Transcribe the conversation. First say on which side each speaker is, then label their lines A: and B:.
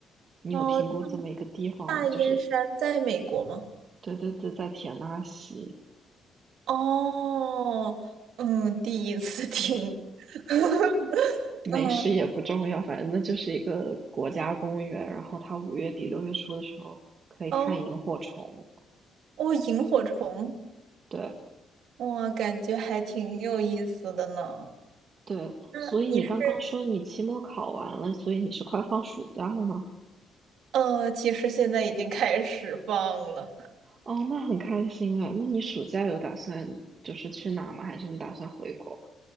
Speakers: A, on the right; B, on the right.
A: 你有听过这么一个地方吗？
B: 哦，大燕山在美国吗？
A: 就是对对对，在田纳西，
B: 哦，嗯，第一次听。<laughs> 嗯，
A: 没事也不重要，反正那就是一个国家公园。然后它五月底六月初的时候可以看萤火虫。
B: 哦，哦，萤火虫，
A: 对
B: 哇，感觉还挺有意思的呢。
A: 对，
B: 那你是
A: 所以你刚刚说你期末考完了，所以你是快放暑假了吗？
B: 呃，其实现在已经开始放了。
A: 哦，那很开心哎。那你暑假有打算就是去哪吗？还是你打算回国？